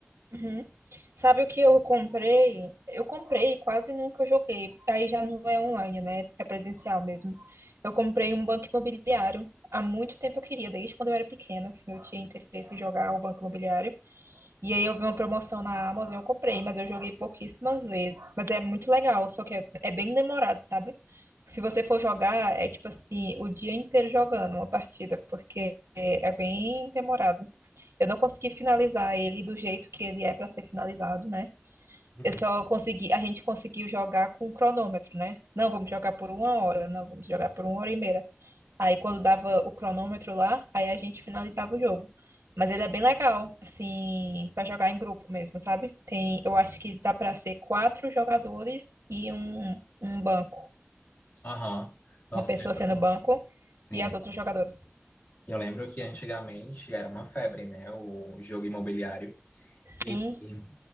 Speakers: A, on the right; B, on the left.
A: Uhum. Sabe o que eu comprei? Eu comprei, quase nunca joguei. Aí já não é online, né? É presencial mesmo. Eu comprei um banco imobiliário. Há muito tempo eu queria, desde quando eu era pequena, assim, eu tinha interesse em jogar o banco imobiliário. E aí eu vi uma promoção na Amazon, eu comprei, mas eu joguei pouquíssimas vezes. Mas é muito legal, só que é, é bem demorado, sabe? Se você for jogar, é tipo assim, o dia inteiro jogando uma partida, porque é, é bem demorado. Eu não consegui finalizar ele do jeito que ele é para ser finalizado, né?
B: Uhum.
A: Eu só consegui, a gente conseguiu jogar com cronômetro, né? Não, vamos jogar por uma hora, não, vamos jogar por uma hora e meia. Aí quando dava o cronômetro lá, aí a gente finalizava o jogo. Mas ele é bem legal, assim, pra jogar em grupo mesmo, sabe? Tem, eu acho que dá pra ser quatro jogadores e um, um banco.
B: Aham. Nossa,
A: Uma pessoa
B: lembro.
A: sendo banco
B: Sim.
A: e as outras jogadoras.
B: Eu lembro que antigamente era uma febre, né, o jogo imobiliário.
A: Sim,
B: E e